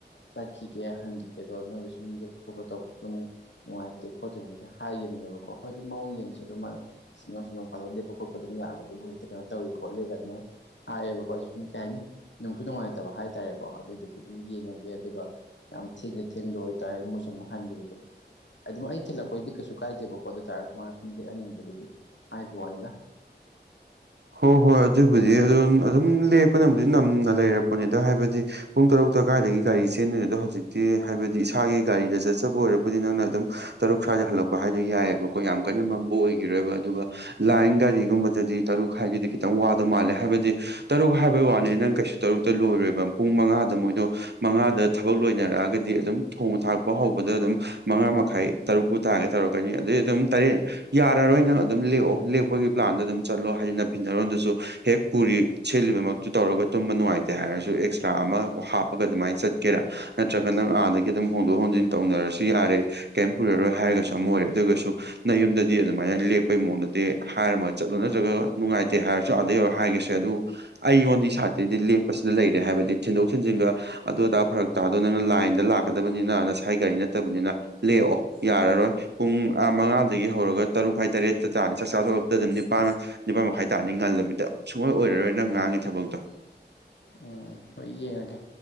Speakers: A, on the left (about 85°); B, on the right (about 70°).
A: ꯆꯠꯈꯤꯒꯦ ꯍꯟꯒꯤꯒꯦꯗꯣ ꯅꯣꯏꯗ ꯁꯨꯝ ꯂꯦꯞꯄ ꯈꯣꯠꯄ ꯇꯧꯕꯁꯨ ꯑꯃꯨꯛ ꯅꯨꯡꯉꯥꯏꯇꯦ ꯈꯣꯠꯇꯦꯅꯕꯨꯗꯤ ꯍꯥꯏꯒꯤꯕꯅꯦꯕꯀꯣ ꯍꯣꯏ ꯑꯗꯨ ꯃꯑꯣꯡ ꯌꯦꯡꯁꯦ ꯑꯗꯨ ꯃꯥꯅ ꯅꯣꯏꯁꯨ ꯅꯣꯡꯐꯥꯗꯣꯛ ꯂꯦꯛꯄ ꯈꯣꯠꯄ ꯑꯗꯨꯝ ꯌꯥꯕꯗꯨꯕꯨ ꯍꯦꯛꯇ ꯀꯩꯅꯣ ꯇꯧꯋꯤ ꯈꯣꯠꯂꯦꯒ ꯑꯗꯨꯃꯥꯏꯅ ꯍꯥꯏꯌꯦꯕꯀꯣ ꯁꯨꯝ ꯀꯩ ꯍꯥꯏꯅꯤ ꯅꯨꯡꯁꯨ ꯅꯨꯡꯉꯥꯏꯇꯕ ꯍꯥꯏꯇꯥꯔꯦꯀꯣ ꯑꯗꯨꯏꯗꯨꯒꯤ ꯑꯗꯨꯝ ꯌꯦꯡꯉꯒꯦ ꯑꯗꯨꯒ ꯌꯥꯝ ꯊꯦꯡꯗ ꯊꯦꯡꯗ ꯑꯣꯏꯇꯥꯔ ꯃꯣꯏꯁꯨ ꯑꯃꯨꯛ ꯍꯟꯒꯤꯕꯗꯣ ꯑꯗꯨꯝ ꯑꯩ ꯊꯤꯜꯂꯛꯄꯩꯗꯤ ꯀꯩꯁꯨ ꯀꯥꯏꯗꯦꯕꯀꯣ ꯑꯗꯨꯇꯥꯥꯔꯁꯨ ꯃꯥꯅ ꯁꯨꯝ ꯂꯦꯛꯑꯟꯅꯤꯡꯕꯗꯨꯒꯤ ꯍꯥꯏꯕꯩ ꯋꯥꯅꯤꯗ
B: ꯍꯣ ꯍꯣꯏ ꯑꯗꯨꯕꯨꯗꯤ ꯑꯗꯨꯟ ꯑꯗꯨꯝ ꯂꯦꯛꯄꯅꯕꯨꯗꯤ ꯅꯝꯅ ꯂꯩꯔꯛꯄꯅꯤꯗ ꯍꯥꯏꯕꯗꯤ ꯄꯨꯡ ꯇꯔꯨꯛꯇ ꯀꯥꯏꯗꯒꯤ ꯒꯥꯔꯤ ꯆꯦꯟꯗꯣꯏꯅꯣꯗ ꯍꯧꯖꯤꯛꯇꯤ ꯍꯥꯏꯕꯗꯤ ꯏꯁꯥꯒꯤ ꯒꯥꯔꯤꯗ ꯆꯠꯆꯕ ꯑꯣꯏꯔꯕꯨꯗꯤ ꯅꯪꯅ ꯑꯗꯨꯝ ꯇꯔꯨꯛ ꯁ꯭ꯋꯥꯏꯗ ꯍꯜꯂꯛꯄ ꯍꯥꯏꯗꯣ ꯌꯥꯏꯌꯦꯕꯀꯣ ꯌꯥꯝ ꯀꯟꯅ ꯃꯝꯕ ꯑꯣꯏꯒꯤꯔꯣꯏꯕ ꯑꯗꯨꯒ ꯂꯥꯏꯟ ꯒꯥꯔꯤꯒꯨꯝꯕꯗꯗꯤ ꯇꯔꯨꯛ ꯈꯥꯏꯒꯤꯗꯤ ꯈꯤꯇꯪ ꯋꯥꯗꯣ ꯃꯥꯜꯂꯦ ꯍꯥꯏꯕꯗꯤ ꯇꯔꯨꯛ ꯍꯥꯏꯕꯩ ꯋꯥꯅꯦ ꯅꯪ ꯀꯩꯁꯨ ꯇꯔꯨꯛꯇ ꯂꯣꯏꯔꯣꯏꯕ ꯄꯨꯡ ꯃꯉꯥꯗ ꯃꯣꯏꯗꯣ ꯃꯉꯥꯗ ꯊꯕꯛ ꯂꯣꯏꯅꯔꯛꯑꯒꯗꯤ ꯑꯗꯨꯝ ꯊꯣꯡꯕ ꯊꯥꯛꯄ ꯍꯧꯕꯗ ꯑꯗꯨꯝ ꯃꯉꯥ ꯃꯈꯥꯏ ꯇꯔꯨꯛꯄꯨ ꯇꯥꯒꯦ ꯇꯧꯔꯛꯀꯅꯤ ꯑꯗꯩ ꯑꯗꯨꯝ ꯇꯔꯦꯠ ꯌꯥꯔꯔꯣꯏ ꯅꯪ ꯑꯗꯨꯝ ꯂꯦꯛꯑꯣ ꯂꯦꯛꯄꯒꯤ ꯄ꯭ꯂꯥꯟꯗ ꯑꯗꯨꯝ ꯆꯠꯂꯣ ꯍꯥꯏꯗꯤ ꯅ ꯐꯤꯅꯔꯣꯟꯗꯁꯨ ꯍꯦꯛ ꯄꯨꯔꯤ ꯁꯦꯠꯂꯤꯕꯃꯛꯇꯨ ꯇꯧꯔꯒ ꯇꯨꯝꯕ ꯅꯨꯡꯉꯥꯏꯇꯦ ꯍꯥꯏꯔꯁꯨ ꯑꯦꯛꯁꯇ꯭ꯔꯥ ꯑꯃꯥ ꯍꯥꯞ ꯄꯒꯥ ꯑꯗꯨꯃꯥꯏꯟ ꯆꯠꯀꯦꯔꯥ ꯅꯠꯇ꯭ꯔꯒ ꯅꯪ ꯑꯥꯗꯒꯤ ꯑꯗꯨꯝ ꯍꯣꯡꯗꯣꯛ ꯍꯣꯡꯖꯤꯟ ꯇꯧꯅꯔꯁꯨ ꯌꯥꯔꯦ ꯀꯩꯝ ꯄꯨꯔꯔꯣꯏ ꯍꯥꯏꯔꯒꯁꯨ ꯑꯃ ꯑꯣꯏꯔꯦ ꯑꯗꯨꯒꯁꯨ ꯅꯌꯨꯝꯗꯗꯤ ꯑꯗꯨꯃꯥꯏꯅ ꯂꯦꯛꯄꯩ ꯃꯑꯣꯡꯗꯗꯤ ꯍꯥꯏꯔꯝꯃ ꯆꯠꯂꯣ ꯅꯠꯇ꯭ꯔꯒ ꯅꯨꯡꯉꯥꯏꯇꯦ ꯍꯥꯏꯔꯁꯨ ꯑꯗ ꯌꯧꯔ ꯍꯥꯏꯒꯦꯁꯨ ꯌꯥꯏ ꯑꯗꯨ ꯑꯩꯉꯣꯟꯗꯩ ꯁꯥꯠꯇꯩꯗꯤ ꯂꯦꯛꯄꯁꯤꯗ ꯂꯩꯔꯦ ꯍꯥꯏꯕꯗꯤ ꯊꯤꯟꯗꯣꯛ ꯊꯤꯟꯖꯤꯟꯒ ꯑꯗꯨ ꯑꯗꯥ ꯐꯔꯛ ꯗꯣ ꯅꯪꯅ ꯂꯥꯏꯟꯗ ꯂꯥꯛꯀꯗꯕꯅꯤꯅ ꯅꯁꯥꯏ ꯒꯥꯔꯤ ꯅꯠꯇꯕꯅꯤꯅ ꯂꯦꯛꯑꯣ ꯌꯥꯔꯔꯣꯏ ꯄꯨꯡ ꯑꯥ ꯃꯉꯥꯗꯒꯤ ꯍꯧꯔꯒ ꯇꯔꯨꯛ ꯈꯥꯏ ꯇꯔꯦꯠꯇ ꯇꯥꯅꯤ ꯆꯥꯛ ꯆꯥ ꯇꯣꯛꯂꯛꯄꯗꯗꯤ ꯅꯤꯄꯥꯟ ꯅꯤꯄꯥꯥꯟ ꯃꯈꯥꯏ ꯇꯥꯅꯤ ꯉꯜꯂꯕꯤꯗ ꯁꯨꯡꯑꯣꯏ ꯑꯣꯏꯔꯔꯣꯏ ꯅꯪ ꯉꯥꯡꯉꯤ ꯊꯕꯛꯇꯣ
A: ꯎꯝ ꯍꯣꯏ ꯌꯦꯡꯉꯒꯦ